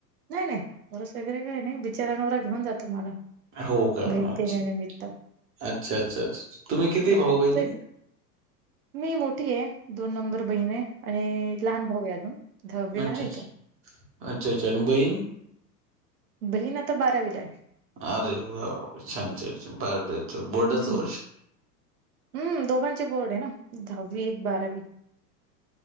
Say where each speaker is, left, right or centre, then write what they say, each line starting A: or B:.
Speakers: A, on the right; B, on the right.
A: नाही नाही, फोर्स वगैरे काय नाही, बिचारा नवरा घेऊन जातो मला.
B: हो का
A: भेट
B: अच्छा,
A: देण्यानिमित्त
B: अच्छा अच्छा अच्छा. तुम्ही किती
A: राहतोय,
B: भाऊ बहिणी
A: मी मोठी आहे, दोन नंबर बहिण आहे. आणि लहान भाऊ आहे अजून, दहावीला
B: अच्छा
A: आहे
B: अच्छा
A: तो.
B: अच्छा अच्छा आणि बहीण
A: बहीण आता बारावीला आहे.
B: अरे वा छान छान,, छान बा बोर्डाच
A: हम्म.
B: वर्ष.
A: हम्म दोघांचे बोर्ड आहे ना, दहावी बारावी.